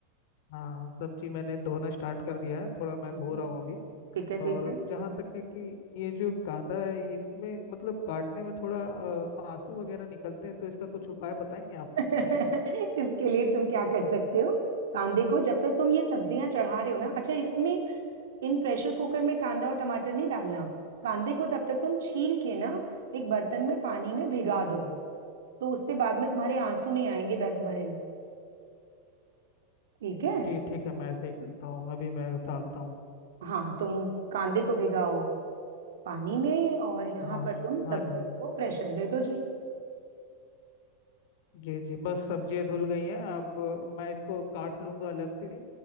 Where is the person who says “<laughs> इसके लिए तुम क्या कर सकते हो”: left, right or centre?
Right